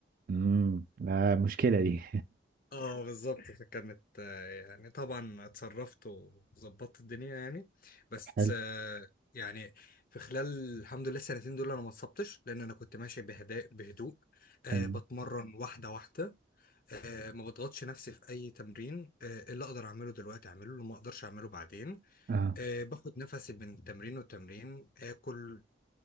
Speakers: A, on the right; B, on the left.
A: امم آه مشكلة دي
B: اه بالظبط فكانت آه، يعني طبعا اتصرفت وظبطت الدنيا يعني بس
A: <laughs> حلو
B: آه، يعني في خلال الحمد لله السنتين دول انا ما اتصبتش لان انا كنت ماشي بهداء بهدوء أه
A: تمام
B: بتمرن واحده واحده أه ما بضغطش نفسي في اي تمرين أه اللي اقدر اعمله دلوقتي اعمله اللي ما اقدرش اعمله بعدين
A: اه
B: أه باخد نفسي بين تمرين والتمرين اكل